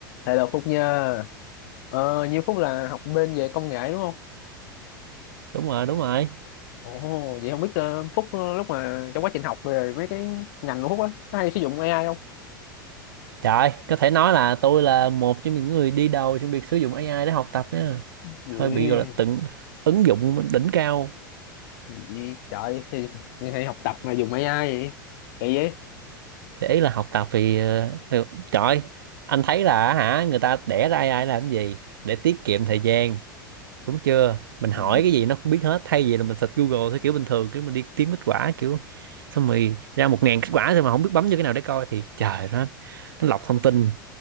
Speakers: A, on the left; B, on the right.
A: Hello Phúc nha. Ờ, như Phúc là học bên về công nghệ đúng không?
B: đúng rồi đúng rồi
A: Ồ, vậy không biết ờ, Phúc ờ, lúc mà trong quá trình học về mấy cái ngành của Phúc á, có hay sử dụng AI không?
B: trời có thể nói là tôi là một trong những người đi đầu trong việc sử dụng AI để học tập nha
A: Gì,
B: hơi bị gọi là tận ứng dụng đỉnh cao
A: gì trời, thì, thì, thì học tập mà dùng AI vậy? Kỳ vậy?
B: để là học tập thì ờ, được trời anh thấy là hả người ta đẻ ra AI làm cái gì để tiết kiệm thời gian đúng chưa mình hỏi
A: Ừ.
B: cái gì nó cũng biết hết thay vì là mình search Google theo kiểu bình thường kiểu mình đi kiếm kết quả kiểu xong rồi ra một ngàn kết quả rồi mà không biết bấm vô cái nào để coi thì trời nó nó lọc thông tin